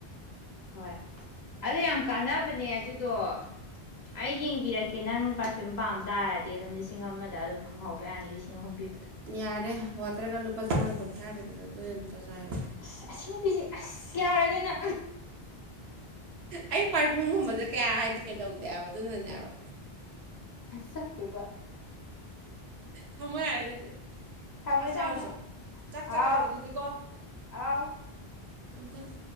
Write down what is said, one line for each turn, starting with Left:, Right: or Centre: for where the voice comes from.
Left: ꯍꯣꯏ ꯑꯗꯨ ꯌꯥꯝ ꯀꯥꯟꯅꯕꯅꯦ ꯑꯗꯨꯗꯣ ꯑꯩ ꯌꯦꯡꯕꯤꯔꯛꯀꯦ ꯅꯪ ꯄꯔꯐ꯭ꯌꯨꯝ ꯄꯥꯝ ꯇꯥꯔꯗꯤ ꯑꯗꯨꯝ ꯂꯤꯁꯤꯡ ꯑꯃꯗ ꯑꯗꯨꯝ ꯐꯪꯍꯧꯕ ꯌꯥꯅꯤ ꯂꯤꯁꯤꯡ ꯑꯍꯨꯝ ꯄꯤꯕꯗꯣ
Right: ꯌꯥꯔꯦ ꯋꯥꯇꯔꯒ ꯂꯨꯄꯥ ꯆꯥꯝꯃ ꯀꯨꯟꯊ꯭ꯔꯥ ꯄꯤꯕꯗꯣ ꯑꯗꯨ ꯑꯝꯇ ꯆꯥꯏꯔꯣ
Left: ꯑ ꯑꯁꯤ ꯅꯨꯄꯤꯁꯦ ꯑꯁ ꯌꯥꯔꯣꯏꯗꯅ
Right: ꯑꯩ ꯄꯔꯐ꯭ꯌꯨꯝꯒꯨꯝꯕꯁꯦ ꯀꯌꯥ ꯍꯥꯏꯗꯤ ꯀꯩꯗꯧꯗꯦꯕ ꯑꯗꯨꯅꯅꯦ ꯍꯥꯏꯕ
Left: ꯁꯛꯇꯨꯒ
Right: ꯊꯝꯃꯣ ꯌꯥꯔꯦ ꯑꯗꯨꯗꯤ
Left: ꯊꯝꯃꯦ
Right: ꯆꯥꯛ ꯆꯥꯔꯨꯆꯣ
Left: ꯊꯝꯃꯦ
Right: ꯆꯥꯛ
Left: ꯑꯥꯎ
Right: ꯆꯥꯔꯨꯔꯣ ꯑꯗꯨꯗꯤꯀꯣ
Left: ꯑꯥꯎ
Right: ꯊꯝꯃꯦ ꯊꯝꯃꯦ